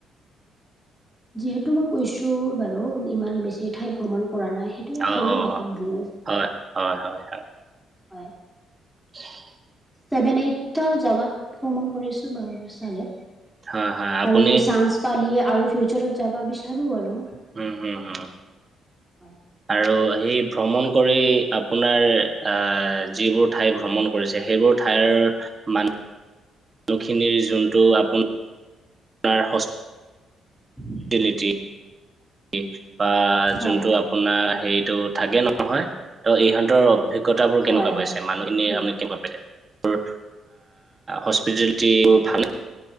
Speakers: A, in the centre; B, on the right.
A: যিহেতু মই কৈছো বাৰু ইমান বেছি ঠাই ভ্ৰমণ কৰা নাই, সেইটে
B: অ
A: ক'লো
B: অ
A: দেখোন
B: অ
A: ব
B: হয় হয় হয় হয়।
A: হয়।
B: <inaudible>
A: ছেভেন এইথ জগত ভ্ৰমণ কৰিছো বাব চাগে।
B: হয় হয় আপুনি
A: আৰু চান্স পালি আৰু ফিউচাৰত যাব বিচাৰো আৰু।
B: উম উম হুম।
A: হয়।
B: আৰু সেই ভ্ৰমণ কৰি আপোনাৰ আহ, যিবোৰ ঠাই ভ্ৰমণ কৰিছে সেইবোৰ ঠাইৰ মান মানুহখিনিৰ যোনটো আপোনোনাৰ
A: <inaudible>
B: বা
A: হয়
B: যোনটো
A: হয়
B: আপোনাৰ হেৰিতটো থাকে নহয় ত' ইহতৰ অভিজ্ঞতাবোৰ কেনেকুৱা
A: হয় হয়
B: পাইছে? মানুহখিনিয়
A: উম
B: আপুনি কেনেকুৱা পাইছে? হস্পিটেলিটি বোৰ ভালেই।